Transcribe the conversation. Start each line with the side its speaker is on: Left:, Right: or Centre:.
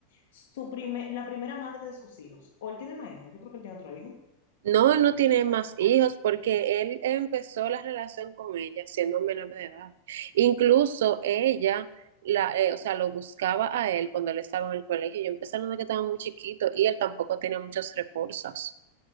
Left: Su primer, la primera madre de sus hijos. ¿O él tiene más hijos? Yo creo que él tiene otro hijo.
Right: No, él no tiene
Left: No.
Right: más hijos porque él empezó la relación con ella siendo menor de edad. Incluso ella, la, eh, o sea, lo buscaba a él cuando él estaba en el colegio. Yo empecé a que estaba muy chiquito y él tampoco tenía muchos recursos.